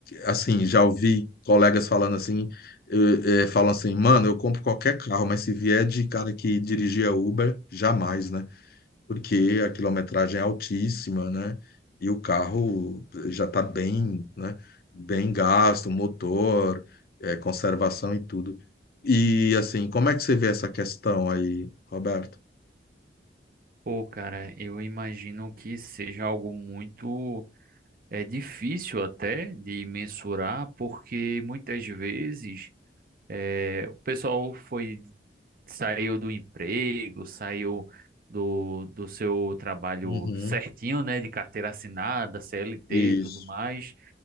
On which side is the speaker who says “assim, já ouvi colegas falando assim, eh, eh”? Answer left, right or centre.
Left